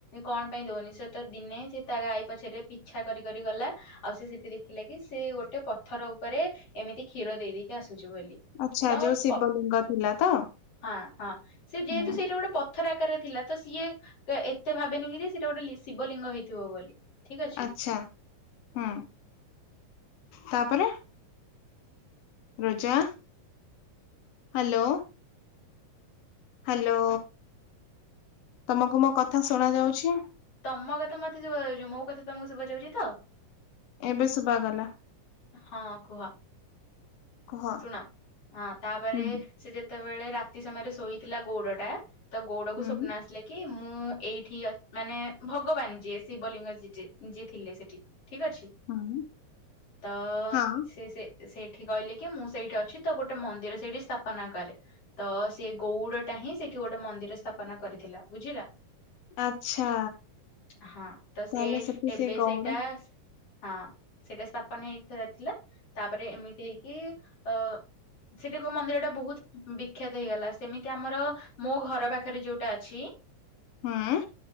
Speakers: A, on the left; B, on the left.
A: କଣ ପାଇଁ ଦଉନି ସେ ତ ଦିନେ ସେ ତା ଗାଈ ପଛରେ ପିଛା କରି କରି ଗଲା। ଆଉ ସେ ସେଠି ଦେଖିଲା କିି ସେ ଗୋଟେ ପଥର ଉପରେ ଏମିତି କ୍ଷୀର ଦେଇ ଦେଇେଇକି ଆସୁଚି ବୋଲି।
B: ଆଚ୍ଛା
A: ତ
B: ଯୋଉ ଶିବଲିଙ୍ଗ
A: ପ
B: ଥିଲା ତ?
A: ହଁ ହଁ ସେ ଯେହେତୁ
B: ହୁଁ
A: ସେଇଟା ଗୋଟେ ପ ଥର ଆକାରର ଥିଲା ତ ସିଏ ଏତେ ଭାବେନି କି ଯେ ସେଟା ଗୋଟେ ଲ ଶିବଲିଙ୍ଗ ହେଇଥିବ ବୋଲି। ଠିକ ଅଛି
B: ଆଛା ହୁଁ ତାପରେ? ରୋଜା ହ୍ୟାଲୋ। ହ୍ୟାଲୋ। ତମକୁ ମୋ କଥା ଶୁଣ ଯାଉଛି?
A: ତମ କଥା ମତେ ଶୁଭା ଯାଉଚି। ମୋ କଥା ତମକୁ ଶୁଭା ଯାଉଛି ତ?
B: ଏବେ ଶୁବା ଗଲା।
A: ହଁ କୁହ
B: କୁହ।
A: ଶୁଣ ହଁ ତାପରେ
B: ହୁଁ
A: ସେ ଯେତେବେଳେ ରାତି ସମୟରେ ଶୋଇଥିଲା ଗୋଉଡ ଟା ତ ଗୋଉଡକୁ
B: ହୁଁ
A: ସ୍ୱପ୍ନ ଆ ସିଲା କି ମୁଁ ଏଇଠି ଅ ମାନେ ଭଗବାନ ଯିଏ ଶିବଲିଙ୍ଗି ଯିଏ ଯିଏ ଥିଲେ ସେଠି। ଠିକ ଅଛି?
B: ହୁଁ।
A: ତ
B: ହଁ
A: ସିଏ ସେ ସେଇଠି କହିଲେ କି ମୁଁ ସେଇଠି ଅଛି ତ ଗୋଟେ ମନ୍ଦିର ସେଇଠି ସ୍ଥାପନା କରେ। ତ ସେ ଗଉଡ ଟା ହିଁ ସେଠି ଗୋଟେ ମନ୍ଦିର ସ୍ଥାପନ କରିଥିଲା। ବୁଝିହେଲା?
B: ଆଚ୍ଛା
A: ହଁ ତ ସେ
B: ତାହେଲେ ସେଠି
A: ଏବେ
B: ସେ ଗଉଡ
A: ସେଇଟା ହଁ ସେଇଟା ସ୍ଥାପନ ହେଇ ଥ ଥିଲା ତାପରେ ଏମିତି ହେଇକି ଅ ସେଟାକୁ ମନ୍ଦିର ଟା ବହୁତ ବିଖ୍ୟାତ ହେଇଗଲା ସେମିତି ଆମର ମୋ ଘର ପାଖରେ ଯୋଉଟା ଅଛି
B: ହୁଁ।